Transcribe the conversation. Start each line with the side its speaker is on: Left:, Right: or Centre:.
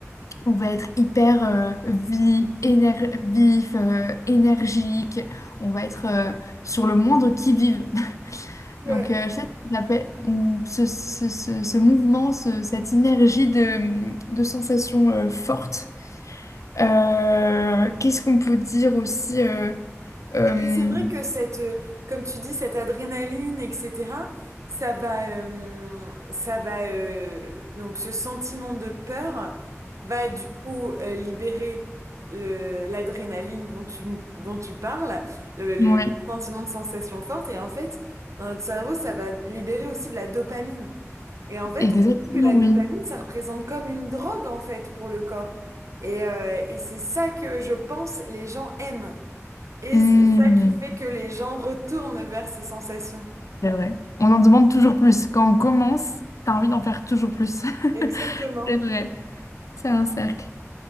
Left: on va être hyper euh, vif, éner- vif, euh, énergique, on va être euh, sur le moindre qui-vive.
Right: Ouais.
Left: Donc, euh, je sais qu'il l'appelle- mm, ce, ce, ce, ce mouvement, ce- cette énergie de, de sensations euh, fortes. Euh, qu'est-ce qu'on peut dire aussi euh, euh,
Right: Et puis
Left: mm,
Right: c'est vrai que cette, euh, comme tu dis, cette adrénaline, etc., ça va, euh, ça va, euh, donc ce sentiment de peur va du coup euh, libérer le, l'adrénaline dont tu, dont tu parles, le, le-
Left: Oui,
Right: le sentiment de sensation forte. Et en fait, dans notre cerveau, ça va libérer aussi de la dopamine. Et en fait,
Left: exactement,
Right: on sait que la
Left: oui.
Right: dopamine, ça représente comme une drogue en fait pour le corps. Et, euh, et c'est ça que je pense les gens aiment. Et
Left: Mm,
Right: c'est ça qui fait que les gens retournent vers ces sensations.
Left: c'est vrai. On en demande toujours plus. Quand on commence, t'as envie d'en faire toujours plus.
Right: Exactement.
Left: <laughs> C'est vrai, c'est un cercle.